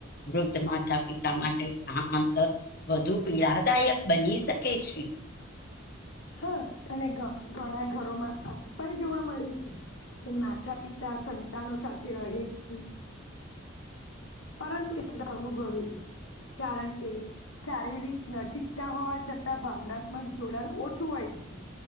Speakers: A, on the left; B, on the left.
A: વૃદ્ધ માતા પિતા માટે આ અંતર વધુ પીડાદાયક બની શકે છે.
B: હા અને ઘણા ઘરોમાં આવું પણ જોવા મળે છે. કે માતા પિતા સંતાનો સાથે રહે છે. પરંતુ એના અનુભવે જ કારણ કે શારીરિક નજીક ના હોવા છતાં ભાવનાત્મક જોડાણ ઓછું હોય છે.